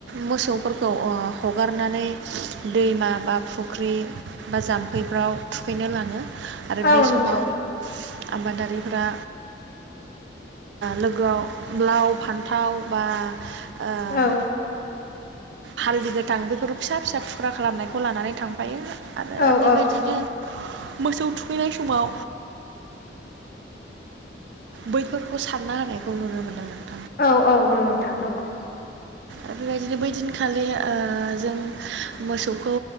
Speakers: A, on the right; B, on the left.
A: मोसौफोरखौ अ हगारनानै दैमा बा फुख्रि बा जाम्फैफ्राव थुखैनो लाङो। आरो
B: औ
A: बे समाव
B: नंगौ
A: आबादारिफोरा लोगोआव लाव फान्थाव बा आ
B: औ
A: हाल बेफोर फिसा फिसा फुख्रा खालामनायखौ लानानै थांफायो। आरो
B: औ
A: बेबायदिनो
B: औ
A: मोसौ थुखैनाय समाव। बैफोरखौ सानना होनायखौ नुनो मोन्दोंमोन।
B: औ औ औ नोंथां नंगौ।
A: आरो बेबायदिनो बैदिनखालि ओ जों मोसौखौ